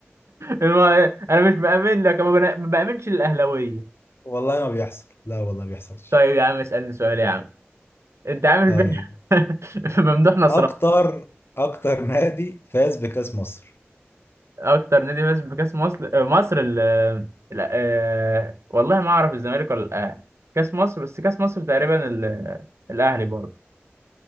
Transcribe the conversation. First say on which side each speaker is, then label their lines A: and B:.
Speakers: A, on the right; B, on the left.
A: الم- انا مش بامن لك أنا ما بنا- ما بامنش الاهلاويه
B: والله ما بيحصل لا والله ما بيحصلش
A: طيب يا عم اسالني سؤال يا عم انت عامل
B: طيب
A: فين <laughs> ممدوح نصر
B: اكتر اكتر نادي فاز بكاس مصر
A: اكتر نادي فاز بكاس مصر آه، مصر ال ال- آه، والله ما اعرف الزمالك ولا الاهلي كاس مصر بس كاس مصر تقريبا ال- الاهلي برضه